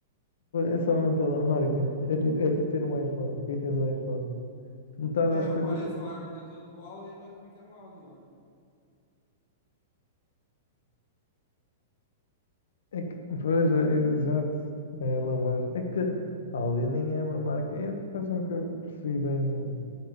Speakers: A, on the left (about 80°); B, on the left (about 45°).
A: É só mesmo pela marca. É tipo, é tipo ter um iPhone. Porque aí tens um iPhone. Metade
B: É,
A: das coisas.
B: o pai a falar a vida toda do Audi, então eu também quero um Audi, olha.
A: É que, pois, é, exato. É a lavagem. É que a Audi nem é uma marca. Eu quase nunca percebi bem